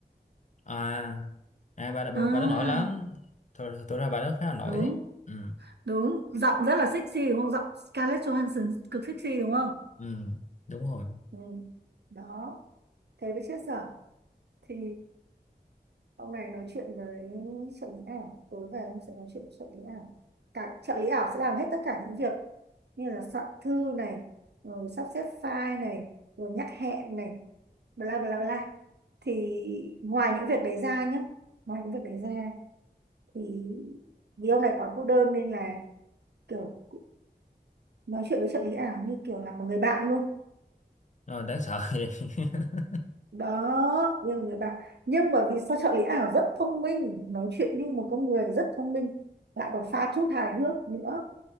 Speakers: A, on the left; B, on the right.
A: à à bà bà,
B: À,
A: bà đã nổi lắm thật, thật ra bà đó khá là nổi
B: đúng,
A: đấy ừ
B: đúng, giọng rất là sexy đúng không? Giọng Scarlett Johansson cực sexy đúng không?
A: ừ đúng rồi
B: Ừ. Đó, thế với chết dở thì Ông này nói chuyện với trợ lý ảo, tối về em sẽ nói chuyện với trợ lý ảo. Cả trợ lý ảo sẽ làm hết tất cả những việc như là soạn thư này, rồi sắp xếp file này, rồi nhắc hẹn này, bla bla bla. Thì ngoài những việc đấy ra nhé, ngoài những việc đấy ra thì vì ông này quá cô đơn nên là kiểu nói chuyện với trợ lý ảo như kiểu là một người bạn luôn.
A: Ờ, đáng sợ vậy <laughs>
B: đó như là người bạn nhưng mà vì sao trợ lý ảo rất thông minh nói chuyện như một con người rất thông minh lại còn pha chút hài hước nữa